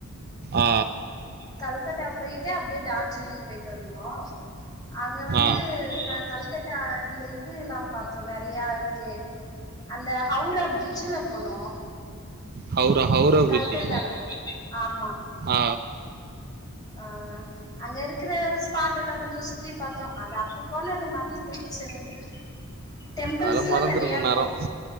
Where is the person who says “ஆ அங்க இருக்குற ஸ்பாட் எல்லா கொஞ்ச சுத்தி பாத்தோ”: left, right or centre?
Left